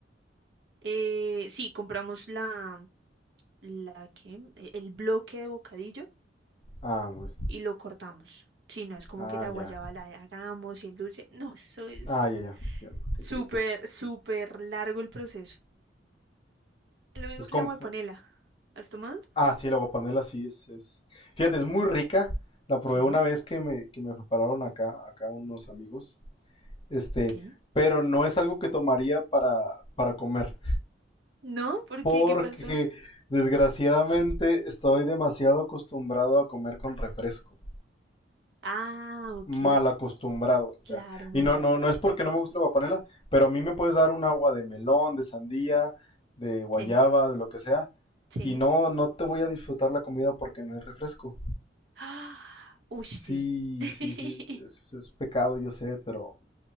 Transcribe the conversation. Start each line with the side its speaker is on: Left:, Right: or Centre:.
Right: Eh, sí, compramos la la que e- el bloque de bocadillo
Left: Ah, pues.
Right: y lo cortamos. Sí, no es como
Left: Ah,
Right: que la
Left: ya.
Right: guayaba la hagamos y el dulce. No, eso es
Left: Ah, ya, ya. Entiendo. ok,
Right: súper,
Left: ok.
Right: súper largo el proceso. Lo mismo
Left: Es
Right: que
Left: con...
Right: la guapanela. ¿Has tomado?
Left: Ah, sí, la guapanela sí es, es... Fíjate, es muy rica. La probé
Right: Sí,
Left: una vez que me, que me prepararon acá, acá unos amigos. Este,
Right: ok.
Left: pero no es algo que tomaría para, para comer.
Right: No, ¿por
Left: porque
Right: qué? ¿Qué pasó?
Left: desgraciadamente estoy demasiado acostumbrado a comer con refresco.
Right: Ah, ok.
Left: Mal acostumbrado. O sea,
Right: Claro, mala
Left: y no, no,
Right: costumbre.
Left: no es porque no me guste la guapanela, pero a mí me puedes dar un agua de melón, de sandía, de guayaba,
Right: Sí,
Left: de lo que sea.
Right: sí.
Left: Y no, no te voy a disfrutar la comida porque no hay refresco.
Right: Ah, uy, sí.
Left: Sí,
Right: <laughs>
Left: sí, sí, es, es- es pecado, yo sé, pero